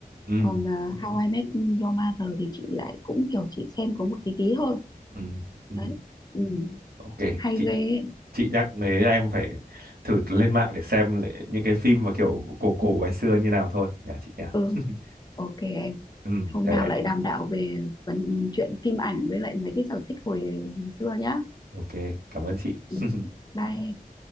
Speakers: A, on the right (about 85°); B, on the left (about 25°).
A: Ừ.
B: còn ờ, How I Met Your Mother thì chị lại cũng kiểu chị xem có một tí tí thôi
A: Ừ. Ừ.
B: đấy ừ.
A: Ok
B: hay
A: chị
B: ghê ấy.
A: chị nhắc thế là em phải thử lên mạng để xem lại những cái phim mà kiểu cổ cổ ngày xưa như nào thôi nhà chị nhỉ
B: ừ
A: <laughs>
B: ok em
A: Ừ,
B: hôm
A: đấy
B: nào
A: ạ.
B: lại đàm đạo về phần chuyện phim ảnh với lại mấy cái sở thích hồi xưa nhá
A: ok cảm ơn chị
B: ừ. bye em